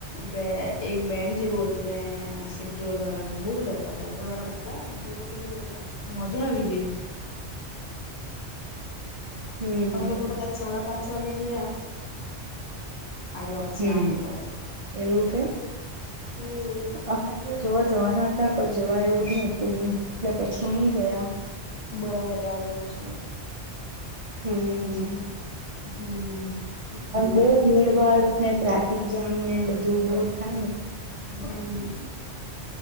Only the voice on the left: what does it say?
બે એક બેન્ડ જેવું હતું ને નાસિક ઢોલવાલા ને બો બધા હતા બોમ્બેવાલા <unintelligible> એ લોકો બી હતા. મજા આવી ગેય
અમે લોકો કદાચ સાડા પાંચ વાગે ગીયા. આયવા પછી
આઠેક વાગે
હમ્મ
બરાબર છે.
હમ્મ
હમ્મ